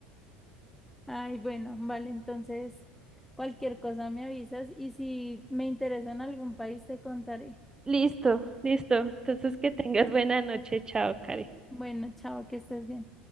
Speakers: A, in the centre; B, on the right (about 20°).
A: Ay, bueno, vale, entonces cualquier cosa me avisas y si me interesa en algún país te contaré.
B: Listo, listo. Entonces que
A: ¿Listo?
B: tengas buena noche. Chao, Karen.
A: Bueno, chao, que estés bien.